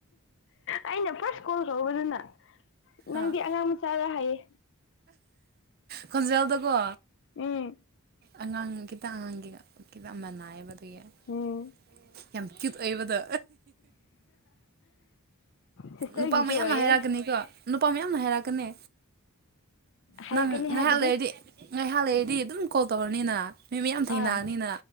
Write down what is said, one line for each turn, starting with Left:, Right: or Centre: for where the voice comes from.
Left: ꯑꯩꯅ ꯐꯥꯔꯁ ꯀꯣꯜ ꯇꯧꯕꯗꯨꯅ ꯅꯪꯗꯤ
Right: ꯑꯥ
Left: ꯑꯉꯥꯡ ꯃꯆꯥꯒ ꯍꯥꯏꯌꯦ
Right: ꯈꯣꯟꯖꯦꯜꯗꯀꯣ
Left: ꯎꯝ
Right: ꯑꯉꯥꯡ ꯈꯤꯇꯪ ꯑꯉꯥꯡꯒꯤ ꯈꯤꯇꯪ ꯃꯅꯥꯏ <unintelligible>
Left: ꯎꯝ
Right: ꯌꯥꯝ ꯀ꯭ꯌꯨꯠ ꯑꯣꯏꯕꯗꯣ
Left: ꯁꯤꯁꯇꯔꯒꯤꯁꯨ
Right: ꯅꯨꯄꯥ ꯃꯌꯥꯝꯅ
Left: ꯑꯣꯏꯌꯦ
Right: ꯍꯥꯏꯔꯛꯀꯅꯤꯀꯣ ꯅꯨꯄꯥ ꯃꯌꯥꯝꯅ ꯍꯥꯏꯔꯛꯀꯅꯤ
Left: ꯍꯥꯏꯔꯛꯀꯅꯤ
Right: ꯅꯪ ꯉꯥꯏꯍꯥꯛ
Left: ꯍꯥꯏꯕꯗꯤ
Right: ꯂꯩꯔꯗꯤ ꯉꯥꯏꯍꯥꯛ ꯂꯩꯏꯔꯗꯤ ꯑꯗꯨꯝ ꯀꯣꯜ ꯇꯧꯔꯅꯤꯅ ꯃꯤ ꯃꯌꯥꯝ ꯊꯦꯡꯅꯑꯅꯤꯅ
Left: ꯑꯥ